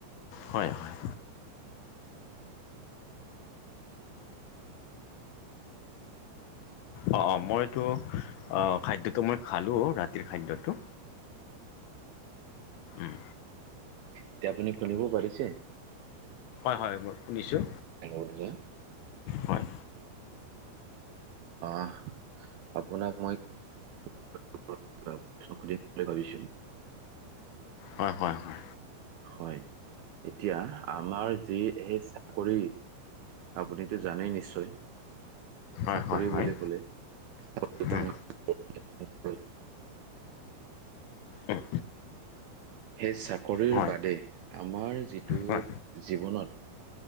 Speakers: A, on the left (about 80°); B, on the right (about 80°).
A: হয় হয়। অ', অ' মইতো খাদ্যটো মই খালোঁ ৰাতিৰ খাদ্যটো। উম
B: এতিয়া আপুনি খুুলিবও পাৰিছে।
A: হয় হয় মই শুনিছোঁ।
B: <unintelligible>
A: হয়
B: আহ আপোনাক মই <unintelligible> প্ৰশ্ন সুধি বুলি ভাবিছো।
A: হয় হয় হয়।
B: হয় এতিয়া আমাৰ যি সেই চাকৰি আপুনিতো জানেই নিশ্চয়।
A: হয়
B: চাকৰি
A: হয় হয় হয়
B: বুলি কলে <unintelligible>
A: উম উম
B: সেই চাকৰিৰ
A: হয়
B: বাদে আমাৰ যিটো
A: হয়
B: জীৱনত